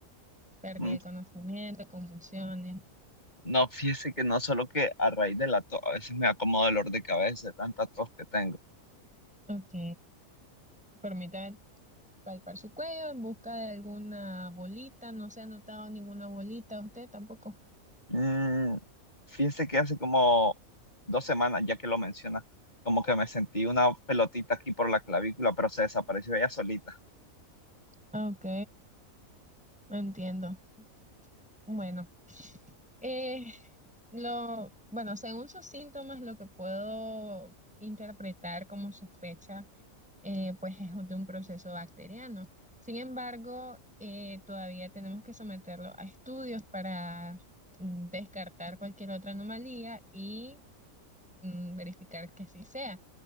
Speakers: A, in the centre; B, on the left.
A: pérdida
B: Mm,
A: de conocimiento, convulsiones.
B: No, fíjese que no solo que a raíz de la tos, a veces me da como dolor de cabeza, de tanta tos que tengo.
A: Ok, permítame palpar su cuello en busca de alguna bolita. No se ha notado ninguna bolita, usted tampoco.
B: Mm, fíjese que hace como dos semanas, ya que lo menciona, como que me sentí una pelotita aquí por la clavícula, pero se desapareció ella solita.
A: Ok, entiendo. Bueno. Eh, lo, bueno, según sus síntomas, lo que puedo interpretar como sospecha, eh, pues es de un proceso bacteriano. Sin embargo, eh, todavía tenemos que someterlo a estudios para mm, descartar cualquier otra anomalía y mm, verificar que así sea.